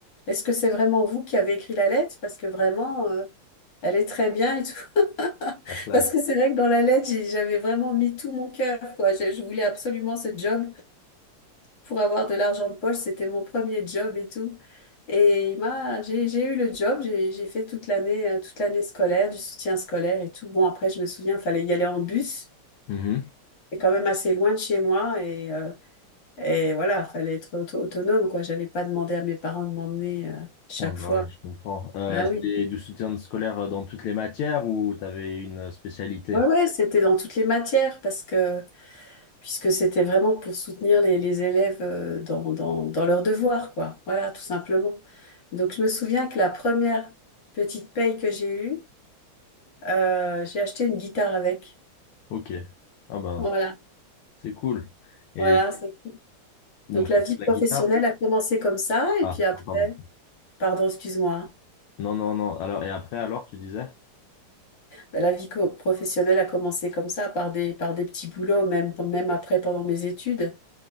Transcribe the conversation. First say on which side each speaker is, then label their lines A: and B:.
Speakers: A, on the left; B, on the left.
A: est-ce que c'est vraiment vous qui avez écrit la lettre? Parce que vraiment, euh, elle est très bien et tout. <laughs>
B: La classe.
A: Parce que c'est vrai que dans la lettre, j'ai- j'avais vraiment mis tout mon cœur, quoi. Je, je voulais absolument ce job pour avoir de l'argent de poche. C'était mon premier job et tout. Et il m'a, j'ai, j'ai eu le job, j'ai, j'ai fait toute l'année, euh, toute l'année scolaire, du soutien scolaire et tout. Bon, après, je me souviens, il fallait y aller en bus.
B: Mhm.
A: C'est quand même assez loin de chez moi et, euh, et voilà, fallait être auto- autonome, quoi. J'allais pas demander à mes parents de m'emmener euh, chaque
B: Ah bah
A: fois.
B: ouais, je comprends. Euh,
A: Ah
B: et c'était
A: oui.
B: du soutien scolaire dans toutes les matières ou t'avais une spécialité?
A: Ouais, ouais, c'était dans toutes les matières parce que puisque c'était vraiment pour soutenir les, les élèves euh, dans, dans, dans leurs devoirs, quoi. Voilà, tout simplement. Donc, je me souviens que la première petite paye que j'ai eue, euh, j'ai acheté une guitare avec.
B: Ok. Ah bah,
A: Voilà,
B: c'est cool. Et
A: voilà. c'est-
B: donc,
A: Donc, la
B: tu
A: vie
B: fais
A: professionnelle
B: de la guitare?
A: a commencé comme ça, et
B: Ah,
A: puis après,
B: pardon.
A: pardon, excuse-moi, hein.
B: Non, non, non. Alors, et après, alors, tu disais?
A: Bah, la vie co- professionnelle a commencé comme ça, par des, par des petits boulots, même, même après, pendant mes études.